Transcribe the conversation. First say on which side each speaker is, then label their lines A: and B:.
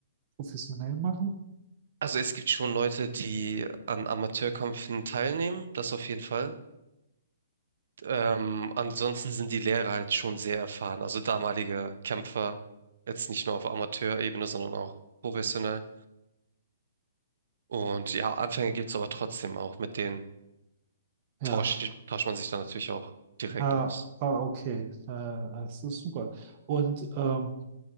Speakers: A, on the right; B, on the right.
A: professionell machen?
B: Also es gibt schon Leute, die an Amateurkämpfen teilnehmen, das auf jeden Fall. Ähm, ansonsten sind die Lehrer halt schon sehr erfahren. Also damalige Kämpfer, jetzt nicht nur auf Amateurebene, sondern auch professionell. Und ja, Anfänge gibt es aber trotzdem auch. Mit denen
A: Ja,
B: tauscht, tauscht man sich dann natürlich auch direkt
A: ah,
B: aus.
A: ah, okay, äh, das ist super. Und ähm,